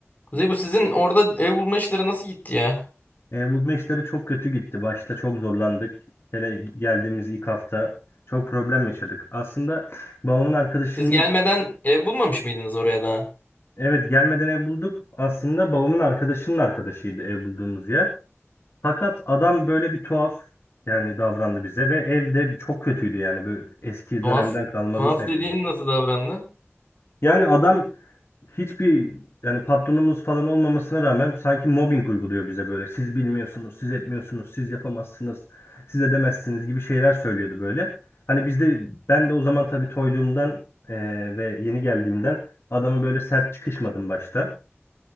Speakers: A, on the left (about 35°); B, on the left (about 60°).
A: Kuzey bu sizin orada ev bulma işleri nasıl gitti ya?
B: E, bu maçları çok kötü gitti. Başta çok zorlandık. Hele geldiğimiz ilk hafta çok problem yaşadık. Aslında babamın arkadaşının
A: Siz gelmeden ev bulmamış mıydınız oraya daha?
B: evet gelmeden ev bulduk. Aslında babamın arkadaşının arkadaşıydı ev bulduğumuz yer. Fakat adam böyle bir tuhaf yani davrandı bize ve evde çok kötüydü yani böyle eski
A: Tuhaf.
B: dönemden kalma
A: Tuhaf
B: Rus evleri.
A: dediğin nasıl davrandı?
B: Yani adam hiçbir yani patronumuz falan olmamasına rağmen sanki mobbing uyguluyor bize böyle. Siz bilmiyorsunuz, siz etmiyorsunuz, siz yapamazsınız, siz edemezsiniz gibi şeyler söylüyordu böyle. Hani bizde ben de o zaman tabii toyluğumdan eee, ve yeni geldiğimden adama böyle sert çıkışmadım başta.